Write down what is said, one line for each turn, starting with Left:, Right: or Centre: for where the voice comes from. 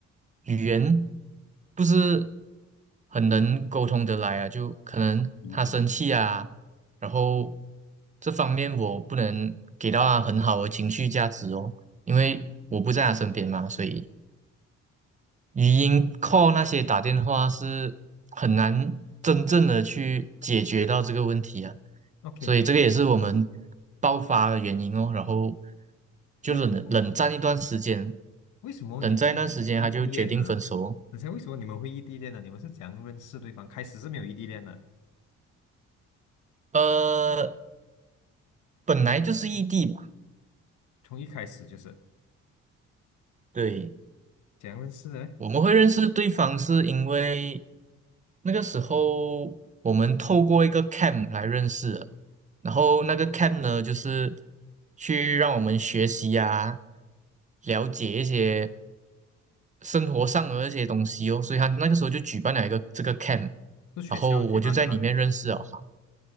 Right: 语言不是很能沟通得来啊，就可能他生气啊，
Left: 提是吗
Right: 然后这方面我不能给到他很好的情绪价值哦，因为我不在他身边嘛，所以语音 call 那些打电话是很难真正的去解决到这个问题啊，
Left: ？OK
Right: 所以这个也是我们
Left: 的，
Right: 爆发的原因哦。
Left: 嗯
Right: 然后就冷冷战一段时间，
Left: 为什么？为什么你们会异地恋呢？
Right: 冷战一段时间，他就决定分手哦
Left: 等下，为什么你们会异地恋呢？你们是怎样认识对方？开始是没有异地恋的，
Right: 呃，本来就是异地吧，
Left: 从一开始就是
Right: 对，
Left: 怎样认识的嘞？
Right: 我们会认识对方是因为那个时候我们透过一个 camp 来认识的，然后那个 camp 呢，就是去让我们学习啊，了解一些生活上的一些东西哦。所以他那个时候就举办了一个这个 camp，
Left: 是学校举办的啦，
Right: 然后我就在里面认识了哈。